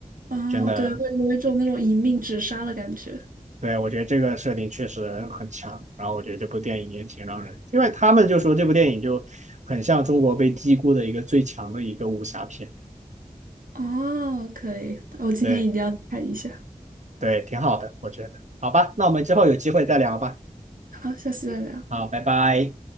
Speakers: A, on the right; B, on the right.
A: 啊，
B: 真的
A: 对，会有一种那种一命只杀的感觉。
B: 对，我觉得这个设定确实很强，然后我觉得这部电影也挺让人，因为他们就说这部电影就很像中国被低估的一个最强的一个武侠片，
A: 哦，可以，我今天一定要看一下。
B: 对对，挺好的，我觉得。好吧，那我们之后有机会再聊吧。
A: 好，下次再聊，
B: 好，拜拜。